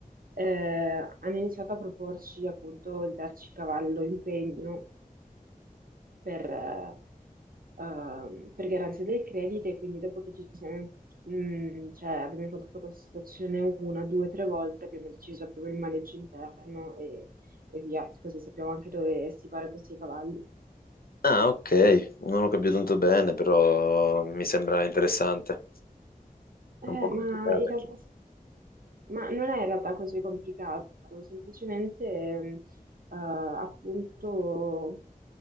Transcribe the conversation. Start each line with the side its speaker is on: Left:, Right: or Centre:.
Right: eh, hanno iniziato a proporci appunto il darci cavallo in pegno per, eh, ehm, per garanzia del credito e quindi dopo che ci siamo, mm, cioè, abbiamo incontrato questa situazione una, due, tre volte, abbiamo deciso proprio il maneggio interno e, e via, così sappiamo anche dove stipare questi cavalli.
Left: Ah, ok, non ho capito tanto bene, però mi sembra interessante.
Right: Eh,
Left: È un po'
Right: ma
Left: complicata.
Right: in realtà Ma non è in realtà così complicato, semplicemente ehm, eh, appunto